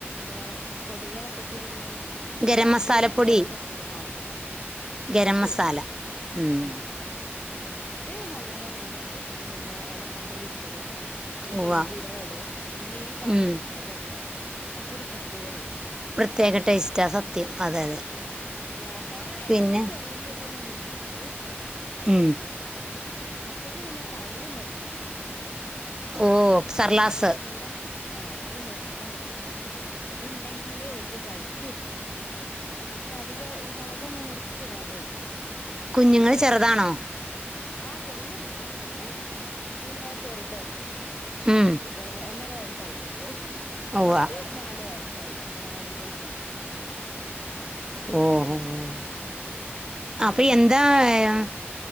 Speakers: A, on the left; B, on the right.
A: കളെ പൊടികളൊക്കെ കൂടി ഉള്ളത്
B: ഗരം
A: ഗ്രാമ്പൂ
B: മസാലപ്പൊടി
A: തക്കോലൊക്കെ കൂടി ആ അതെന്നെ അതെ
B: ഗരം
A: അതും
B: മസാല
A: ഇടും
B: ഉം.
A: അത്ടും എന്നിട്ട് നല്ലോണ്ണം വെന്തിട്ട് പിന്നെ ഏലക്ക പൊടി ഇടുത്തിടും പിന്നെ
B: ഉവ്വ
A: പെരിഞ്ചീരകം ഇടും പിന്നെ ഈ പറഞ്ഞ
B: ഉം.
A: ഇല ഇടും അപ്പൊ ഒരു പ്രത്യേക ടേസ്റ്റാ
B: പ്രത്യേക ടേസ്റ്റാ സത്യം
A: ഉം
B: അതെ അതെ
A: പിന്നെ അവസാനം വേണമെങ്കിൽ
B: പിന്നെ
A: ചെറിയുള്ളിയൊക്കെ ഒന്ന് മൂപ്പിച്ചിട്ട് അയലയിടും
B: ഉം.
A: മക്കൾക്ക് പിന്നെ തൈര് നിർബന്ധ
B: ഓ സർലാസ്
A: അതിന്റെ കൂടെ ആ അത് നിർബന്ധ അത് ഉണ്ടെങ്കിലേ അവർക്ക് കഴിക്കുള്ളൂ അധികം മുളകൊന്നും മുറിച്ചിടാണ്ട് കൊടുക്കും
B: കുഞ്ഞുങ്ങൽ ചെറുതാണോ?
A: ആ ചെറിയ കുഞ്ഞാ ഒന്ന് പിന്നെ ചെറുതോ
B: ഉം.
A: പിന്നെ ഒന്നര വയസ്സായിട്ടുള്ളൂ
B: ഉവ്വ
A: മോക്ക് നാല് വയസ്സായി അംഗനവാടിയിലേക്ക് പോവ്ണ്ട്
B: ഓഹ് ഓഹ്
A: ഉം
B: അപ്പ എന്താ പറയാൻ